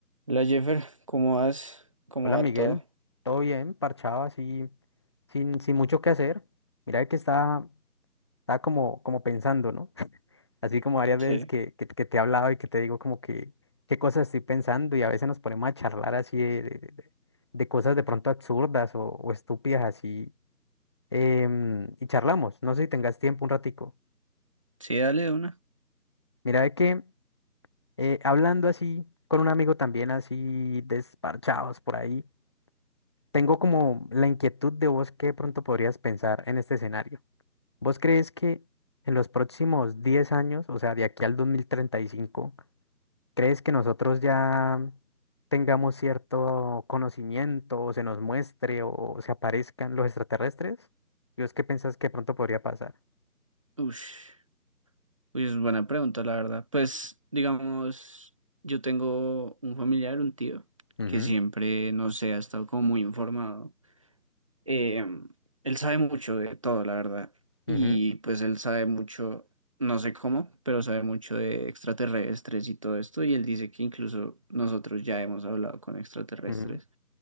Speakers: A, on the right; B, on the left.
A: La Jeffer, ¿cómo vas? ¿Cómo
B: Hola
A: va
B: Miguel,
A: todo?
B: ¿todo bien? Parchado así, sin, sin mucho que hacer. Mira que está, está como, como pensando, ¿no? <laughs> Así como varias
A: Sí.
B: veces que, que, que te he hablado y que te digo como que qué cosas estoy pensando y a veces nos ponemos a charlar así de, de- de- de cosas de pronto absurdas o, o estúpidas así em, y charlamos. No sé si tengas tiempo un ratico.
A: Sí, dale de una.
B: Mira de que eh, hablando así con un amigo también así desparchados por ahí. Tengo como la inquietud de vos que de pronto podrías pensar en este escenario. ¿Vos crees que en los próximos 10 años, o sea, de aquí al 2035, crees que nosotros ya tengamos cierto conocimiento o se nos muestre o se aparezcan los extraterrestres? ¿Y vos qué pensás que de pronto podría pasar?
A: Ush. Uy, es buena pregunta, la verdad. Pues, digamos, yo tengo un familiar, un tío,
B: Ujú,
A: que siempre, no sé, ha estado como muy informado. Eh, él sabe mucho de todo, la verdad. Y
B: ujú,
A: pues él sabe mucho, no sé cómo, pero sabe mucho de extraterrestres y todo esto. Y él dice que incluso nosotros ya hemos hablado con extraterrestres.
B: ujú.